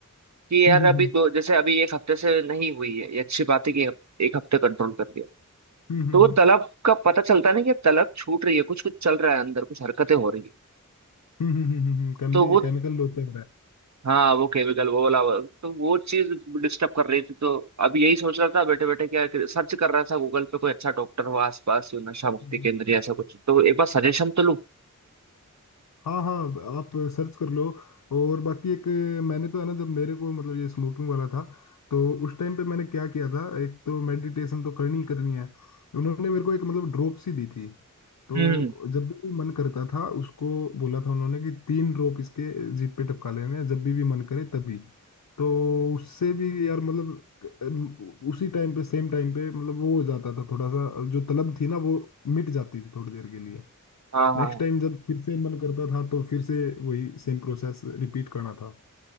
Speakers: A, on the right; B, on the left.
A: कि यार
B: हम्म
A: अभी
B: हम्म
A: दो जैसे अभी एक हफ्ते से नहीं हुई है ये अच्छी बात है कि एक हफ्ते कंट्रोल कर लिया
B: हम्म हम्म
A: तो
B: हम्म
A: वो
B: हम्म
A: तलब का पता चलता है ना कि तलब छूट रही है कुछ कुछ चल रहा है अंदर कुछ हरकतें हो रही है
B: हम्म हम्म, हम्म, हम्म, हम्म, केमी-
A: तो वो
B: केमिकल लोचर
A: हाँ वो केमिकल वो वाला वो- तो वो चीज डिस्टर्ब कर रही थी तो अब यही सोच रहा था बैठे बैठे क्या सर्च कर रहा था गूगल पे कोई अच्छा डॉक्टर हो आसपास नशा मुक्ति
B: है
A: केंद्र या ऐसा कुछ तो एक बार सजेशन तो लूँ
B: हाँ हाँ आप सर्च कर लो और बाकी एक मैंने तो है ना जब मेरे को मतलब ये स्मोकिंग वाला था तो उस टाइम पे मैंने क्या किया था एक तो मेडिटेशन तो करनी ही करनी है उन्होंने मेरे को एक मतलब ड्रॉप सी दी थी तो
A: हम्म
B: जब भी मन करता था उसको बोला था उन्होंने कि तीन ड्रॉप इसके जीभ पे टपका लेने हैं, जब भी भी मन करे तभी तो उससे भी यार मतलब अम, उसी टाइम पे सेम टाइम पे मतलब वो हो जाता था थोड़ा सा जो तलब थी ना वो मिट जाती थी थोड़ी देर के लिए
A: हाँ
B: नेक्स्ट
A: हाँ
B: टाइम जब फिर से मन करता था तो फिर से वही सेम प्रोसेस रिपीट करना था